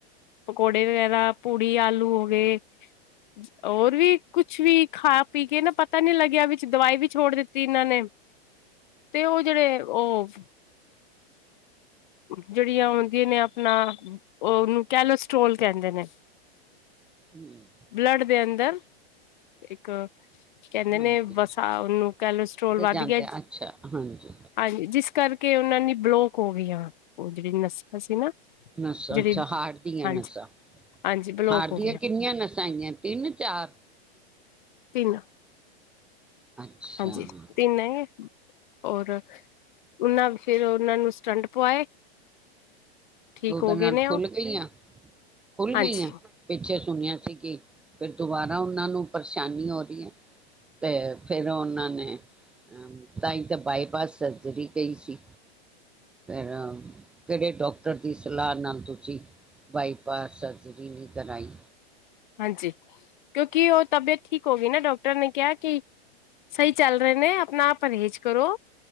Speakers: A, on the left; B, in the centre.
A: ਪਕੌੜੇ ਵਗੈਰਾ ਪੂੜੀ ਆਲੂ ਹੋ ਗਏ ਹੋਰ ਵੀ ਕੁਛ ਵੀ ਖਾ ਪੀ ਕੇ ਨਾ ਪਤਾ ਨੀ ਲੱਗਿਆ ਵਿੱਚ ਦਵਾਈ ਵੀ ਛੋੜ ਦਿੱਤੀ ਇਹਨਾਂ ਨੇਂ ਤੇ ਉਹ ਜਿਹੜੇ ਉਹ ਜਿਹੜੀਆਂ ਉਹਦੀਆਂ ਨੇਂ ਆਪਣਾ ਉਹ ਉਹਨੂੰ ਕੈਲੋਸਟੋਲ ਕਹਿੰਦੇ ਨੇਂ
B: ਹਮ,
A: ਬਲੱਡ ਦੇ ਅੰਦਰ ਇੱਕ ਕਹਿੰਦੇ
B: ਹਾਂਜੀ
A: ਨੇ ਬਸਾਂ ਉਹਨੂੰ ਕੈਲਸਟਰੋਲ ਵੱਧ
B: ਜਾਂਦੇ
A: ਗਿਆ,
B: ਅੱਛਾ ਹਾਂਜੀ
A: ਹਾਂਜੀ। ਜਿਸ ਕਰਕੇ ਕੇ ਉਹਨਾਂ ਨੇ ਬਲੋਕ ਹੋ ਗਈ ਉਹ ਜਿਹੜੀ ਨਸਾਂ ਸੀ ਨਾ।
B: ਨਸਾਂ
A: ਜਿਹੜੀ
B: ਅੱਛਾ ਹਾਰਟ ਦੀਆਂ
A: ਹਾਂਜੀ
B: ਨਸਾਂ
A: ਹਾਂਜੀ ਬਲੋਕ
B: ਹਾਰਦੀਆਂ
A: ਹੋ ਗਈਆਂ
B: ਕਿੰਨੀਆਂ ਨਸਾਂ ਆਈਆਂ ਤਿੰਨ -ਚਾਰ
A: ਤਿੰਨ
B: ਅੱਛਾ
A: ਹਾਂਜੀ
B: ਹਾਂ
A: ਤਿੰਨ ਐਂ। ਔਰ ਉਹਨਾਂ ਫਿਰ ਉਹਨਾਂ ਨੂੰ ਸਟੰਟ ਪਵਾਏ। ਠੀਕ
B: ਦੋ ਦਿਨ
A: ਹੋ ਗਏ
B: ਨਾਲ
A: ਨੇ
B: ਖੁੱਲ
A: ਉਹ
B: ਗਈਆਂ ਖੁੱਲ
A: ਹਾਂਜੀ
B: ਗਈਆਂ ਪਿੱਛੇ ਸੁਣਿਆ ਸੀ ਕਿ ਫਿਰ ਦੁਬਾਰਾ ਉਹਨਾਂ ਨੂੰ ਪਰੇਸ਼ਾਨੀ ਹੋ ਰਹੀ ਐ ਤੇ ਫਿਰ ਉਹਨਾਂ ਨੇ ਹ ਤਾਂ ਤਾਂ ਬਾਈ ਪਾਸ ਸਰਜਰੀ ਕਈ ਸੀ ਪੈਾਂ ਕਿਹੜੇ ਡੋਕ ਤਰ ਦੀ ਸਲਾਹ ਨਾਲ ਤੁਸੀਂ ਬਾਈਪਾਸ ਸਰਜਰੀ ਨਹੀਂ ਕਰਾਈ
A: ਹਾਂਜੀ ਕਿਉਂਿ ਕਿ ਉਹ ਤਬੀਅਤ ਠੀਕ ਹੋ ਗਈ ਨਾ ਡਾਕਟਰ ਡਕਟਰ ਨੇ ਕਿਹਾ ਕਿ ਸਹੀ ਚੱਲ ਰਹੇ ਨੇ ਆਪਣਾ ਆਪ ਪਰਹੇਜ਼ ਕਰੋ